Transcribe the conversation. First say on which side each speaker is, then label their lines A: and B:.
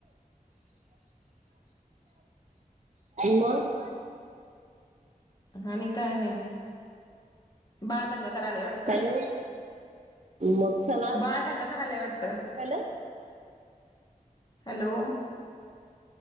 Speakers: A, on the right (about 50°); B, on the left (about 30°).
A: मग
B: आणि काय नाही बाळ दंगा करायला वाटतं
A: हॅलो! मग चला
B: बाळ दंगा करायलाय वाटतं
A: हॅलो!
B: हॅलो